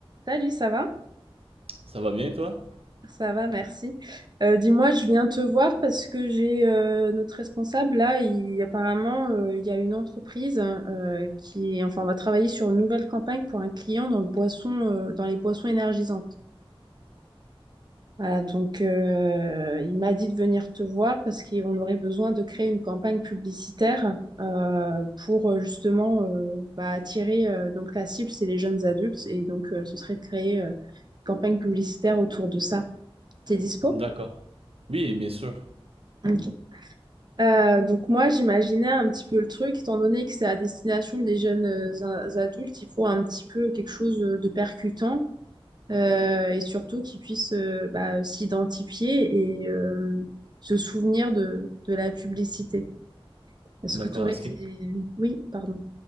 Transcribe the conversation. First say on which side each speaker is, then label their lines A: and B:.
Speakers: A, on the right; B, on the right.
A: Salut, ça va?
B: Ça va bien, toi?
A: Ça va, merci. Euh, dis-moi, je viens te voir parce que j'ai euh, notre responsable là. Il, apparemment, euh, il y a une entreprise euh, qui, enfin, on va travailler sur une nouvelle campagne pour un client dans le boisson, euh, dans les boissons énergisantes. Voilà, donc euh, il m'a dit de venir te voir parce qu'on aurait besoin de créer une campagne publicitaire euh, pour euh, justement euh, bah, attirer. euh, donc la cible, c'est les jeunes adultes et donc euh, ce serait de créer euh, une campagne publicitaire autour de ça. T'es dispo?
B: D'accord. Oui, bien sûr.
A: Ok. Euh, donc moi, j'imaginais un petit peu le truc, étant donné que c'est à destination des jeunes euh, a- adultes, il faut un petit peu quelque chose de percutant euh, et surtout qu'ils puissent euh, bah, s'identifier et euh, se souvenir de, de la publicité. Est-ce
B: D'accord.
A: que tu aurais
B: Est-ce
A: des...
B: que...
A: Oui, pardon.